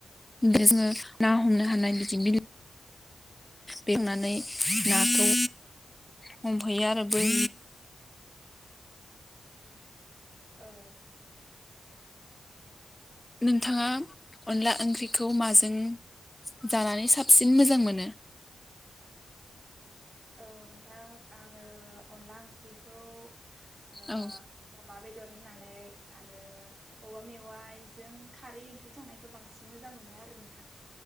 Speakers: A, on the left; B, on the right.
A: बे जोङो ना हमनो हानाय बिदि बिलो बेवनानै नाखौ हमहैयो आरो बै
B: औ।
A: नोंथाङा अनला ओंख्रिखौ माजों जानानै साबसिन मोजां मोनो?
B: औ नोंथां आङो अनला ओंख्रिखौ ओ
A: औ।
B: अमा बेदर होनानै आरो औवा मेवाइजों खारै ओंख्रि संनायखौ बांसि न मोजां मोननाय आरो नोंथां।